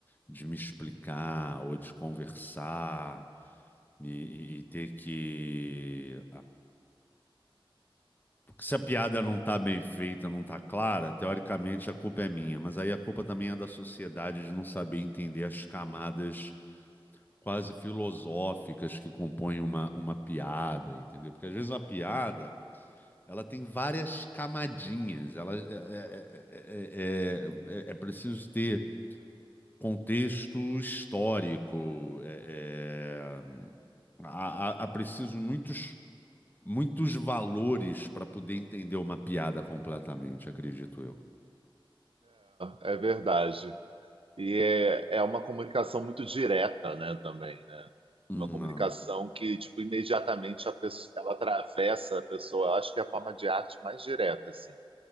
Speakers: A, on the left; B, on the right.
A: de me explicar ou de conversar e, e- e ter que porque se a piada não tá bem feita, não tá clara, teoricamente a culpa é minha, mas aí a culpa também é da sociedade de não saber entender as camadas quase filosóficas que compõem uma, uma piada, entendeu? Porque às vezes uma piada, ela tem várias camadinhas, ela é, é, é, é- é é, é preciso ter contexto histórico, é, é, há, há- há preciso muitos muitos valores para poder entender uma piada completamente, acredito eu.
B: É, é verdade. E é, é uma comunicação muito direta, né, também, né?
A: Hum,
B: Uma comunicação
A: não.
B: que, tipo, imediatamente a pessoa, ela atravessa a pessoa. Eu acho que é a forma de arte mais direta, assim